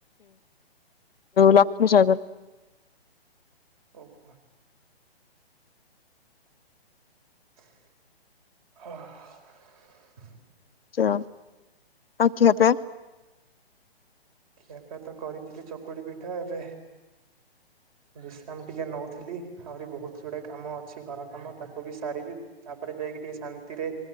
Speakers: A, on the left; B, on the right.
A: ଲକ୍ଷ୍ମୀସାଗର।
B: ଓହୋ। <inaudible>
A: ଯାଉ ଆଉ ଖିଆପିଆ।
B: ଖିଆପିଆ ତ କରିଥିଲି ଚକୁଳି ପିଠା ଏବେ ବିଶ୍ରାମ ଟିକେ ନଉଥିଲି ଆହୁରି ବହୁତ ଗୁଡ଼ିାଏ କାମ ଅଛି ଘର କାମ ତାକୁ ବି ସାରିବି ତାପରେ ଯାଇକି ଟିକେ ଶାନ୍ତିରେ